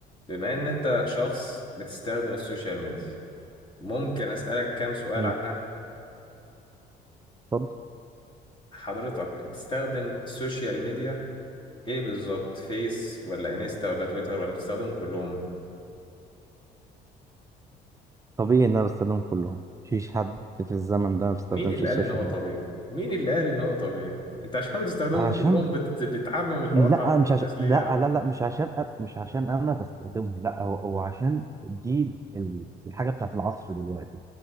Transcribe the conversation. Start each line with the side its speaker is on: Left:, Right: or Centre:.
Left: بما ان انت شخص بتستخدم السوشيال ميديا ممكن اسألك كام سؤال
Right: مم.
Left: عنها
Right: اتفضل
Left: حضرتك بتستخدم السوشيال ميديا ايه بالظبط فيس ولا انستا ولا تويتر ولا بتستخدمهم كلهم
Right: طبيعي ان انا بستخدمهم كلهم مفيش حد في الزمن ده ما بيستخدمش
Left: مين اللي
Right: السوشيال
Left: قال ان هو طبيعي
Right: ميديا
Left: مين اللي قال ان هو طبيعي انت عشان <laughs> بتستخدمهم
Right: عشان
Left: كلهم بت... بتعمم الحوار
Right: لا
Left: ده على كل
Right: مش
Left: الناس
Right: عشان
Left: ليه
Right: لا
Left: يا عم
Right: لا لا مش عشان أ... مش عشان انا بستخدمه لا هو هو عشان دي ال- الحاجه بتاعت العصر دلوقتي